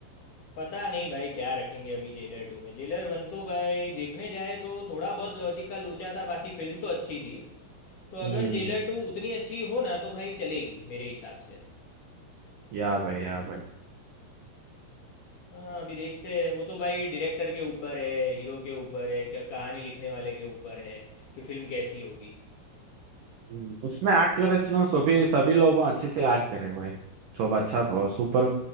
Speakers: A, on the left; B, on the right.
A: पता नहीं भाई क्या रखेंगे अभी जेलर टू में जेलर वन तो भाई देखने जाए तो थोड़ा बहुत लॉजिक का लोचा था बाकी फिल्म तो अच्छी थी तो अगर
B: हम्म
A: जेलर टू उतनी अच्छी हो ना तो भाई चलेगी मेरे हिसाब से
B: या भाई या भाई
A: हाँ अभी देखते हैं वो तो भाई डायरेक्टर के ऊपर है हीरो के ऊपर है क्या कहानी लिखने वाले के ऊपर है कि फिल्म कैसी होगी
B: हम्म, उसमें एक्ट करे सुनो सभी सभी लोगों अच्छे से एक्ट करे भाई सब अच्छा सुपर